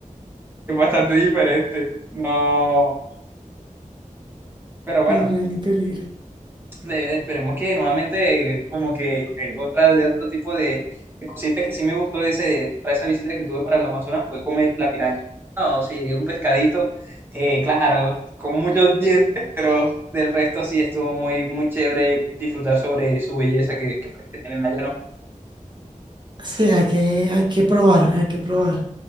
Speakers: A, on the right (about 15°); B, on the right (about 35°).
A: es bastante diferente. No, pero bueno.
B: no, no hay ni peligro.
A: de- esperemos que nuevamente, eh, como que eh, otra de otro tipo de, de cosita que sí me gustó de ese, para esa visita que tuve para el Amazonas fue comer la piraña. No, sí, un pescadito, eh, claro, con muchos dientes, pero del resto sí estuvo muy, muy chévere disfrutar sobre su belleza que, que, que tienen allá, ¿no?
B: Sí, hay que, hay que probar, hay que probar.